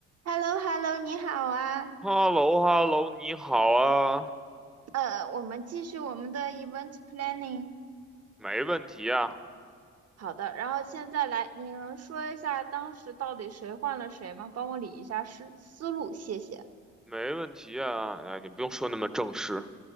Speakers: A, on the right; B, in the centre.
A: h e l l o h e l l o 你好啊。
B: h e l l o h e l l o 你好啊，
A: 呃，我们继续我们的 event planning。
B: 没问题啊，
A: 好的，然后现在来，你能说一下当时到底谁换了谁吗？帮我理一下思思路，谢谢。
B: 没问题啊，哎，你不用说那么正式。